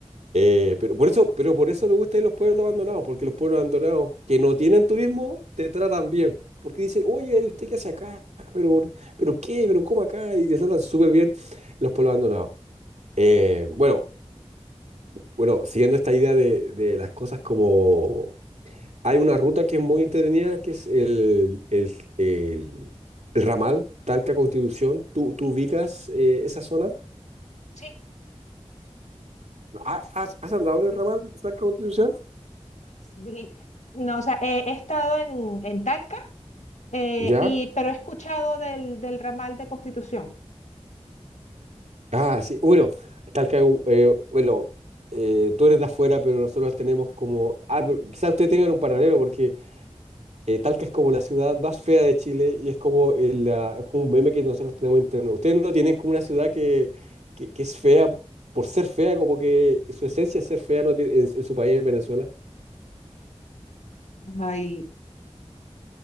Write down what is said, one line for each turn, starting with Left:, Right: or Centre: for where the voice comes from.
Right: eh, pero por eso, pero por eso me gusta ir los pueblos abandonados, porque los pueblos abandonados que no tienen turismo te tratan bien. Porque dicen, oye, ¿usted qué hace acá? ¿Pero, por- pero qué? ¿Pero cómo acá? Y te tratan súper bien los pueblos abandonados. Eh, bueno, bueno, siguiendo esta idea de, de las cosas como... Hay una ruta que es muy entretenida, que es el, el, el, el ramal Talca Constitución. ¿Tú, tú ubicas eh, esa zona?
Left: Sí,
Right: ¿Ha- ¿Has, has andado en el ramal Talca Constitución?
Left: Sí, No, o sea, he, he estado en, en Talca, eh,
Right: ¿Ya?
Left: y, pero he escuchado del, del ramal de Constitución.
Right: Ah, sí. Bueno, Talca, eh, bueno, eh, tú eres de afuera, pero nosotros tenemos como... Ah, pero quizás ustedes tengan un paralelo porque eh, Talca es como la ciudad más fea de Chile y es como, el, ah, es como un meme que nosotros tenemos interno. Ustedes no tienen como una ciudad que, que, que es fea por ser fea, como que su esencia es ser fea no tiene- en, en su país, en Venezuela.
Left: Ay,